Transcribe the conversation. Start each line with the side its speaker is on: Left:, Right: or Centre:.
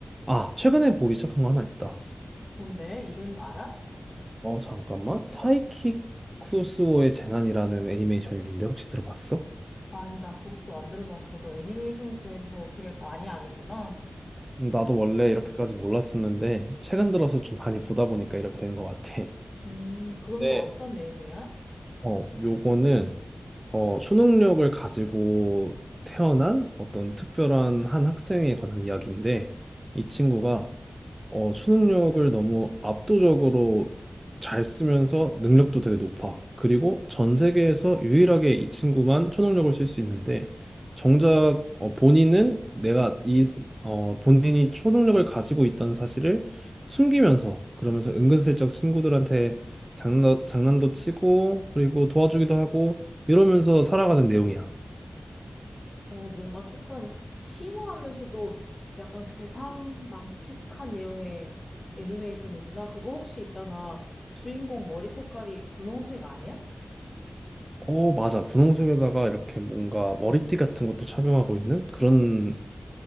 Right: 아, 최근에 보기 시작한 거 하나 있다.
Left: 뭔데? 이름 알아?
Right: 어, 잠깐만. 사이키쿠스오의 재난이라는 애니메이션인데 혹시 들어봤어?
Left: 아니, 나 그것도 안 들어봤어. 너 애니메이션에 대해서 되게 많이 아는구나.
Right: 음, 나도 원래 이렇게까지 몰랐었는데, 최근 들어서 좀 많이 보다 보니까 이렇게 된 것 같아.
Left: 음, 그건
Right: 네.
Left: 또 어떤 내용이야?
Right: 어, 요거는 어, 초능력을 가지고 태어난 어떤 특별한 한 학생에 관한 이야기인데 이 친구가 어, 초능력을 너무 압도적으로 잘 쓰면서 능력도 되게 높아. 그리고 전 세계에서 유일하게 이 친구만 초능력을 쓸 수 있는데, 정작 어, 본인은 내가 이, 어, 본인이 초능력을 가지고 있다는 사실을 숨기면서, 그러면서 은근슬쩍 친구들한테 장난, 장난도 치고, 그리고 도와주기도 하고, 이러면서 살아가는 내용이야.
Left: 어, 뭔가 조금 심오하면서도 약간 괴상망측한 내용의 애니메이션이구나. 그거 혹시 있잖아. 주인공 머리 색깔이 분홍색 아니야?
Right: 어, 맞아. 분홍색에다가 이렇게 뭔가 머리띠 같은 것도 착용하고 있는 그런